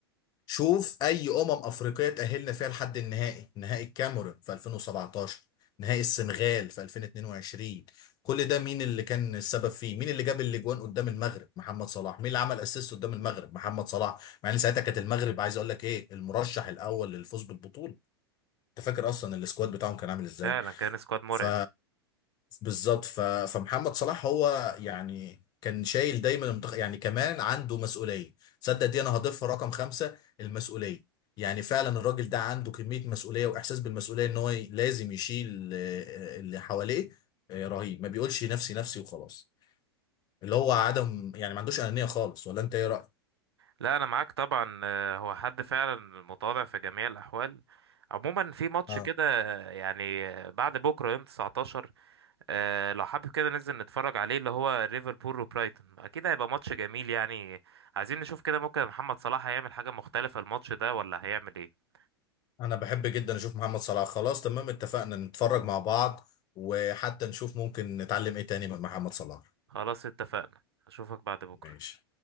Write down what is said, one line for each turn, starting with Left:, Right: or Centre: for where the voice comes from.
Left: شوف اي امم افريقيه تاهلنا فيها لحد النهائي نهائي الكاميرون في 2017 نهائي السنغال في 2022 كل ده مين اللي كان السبب فيه مين اللي جاب الاجوان قدام المغرب محمد صلاح مين اللي عمل اسيست قدام المغرب محمد صلاح مع ان ساعتها كانت المغرب عايز اقول لك ايه المرشح الاول للفوز بالبطوله انت فاكر اصلا السكواد بتاعهم كان عامل ازاي
Right: فعلا كان سكواد مرعب
Left: ف بالظبط ف... فمحمد صلاح هو يعني كان شايل دايما المنتخب يعني كمان عنده مسؤوليه صدق دي انا هضيفها رقم خمسه المسؤوليه يعني فعلا الراجل ده عنده كميه مسؤوليه واحساس بالمسؤوليه ان هو لازم يشيل آه، اللي حواليه آه، رهيب ما بيقولش نفسي نفسي وخلاص اللي هو عدم يعني ما عندوش انانيه خالص ولا انت ايه رايك؟
Right: لا انا معاك طبعا آه، هو حد فعلا متواضع في جميع الاحوال عموما في ماتش
Left: اه
Right: كده آه، يعني آه، بعد بكره يوم 19 آه، لو حابب كده ننزل نتفرج عليه اللي هو ليفربول وبرايتون اكيد هيبقى ماتش جميل يعني عايزين نشوف كده ممكن محمد صلاح هيعمل حاجه مختلفه الماتش ده ولا هيعمل ايه
Left: انا بحب جدا اشوف محمد صلاح خلاص تمام اتفقنا نتفرج مع بعض وحتى نشوف ممكن نتعلم ايه تاني من محمد صلاح
Right: خلاص اتفقنا اشوفك بعد بكره
Left: ماشي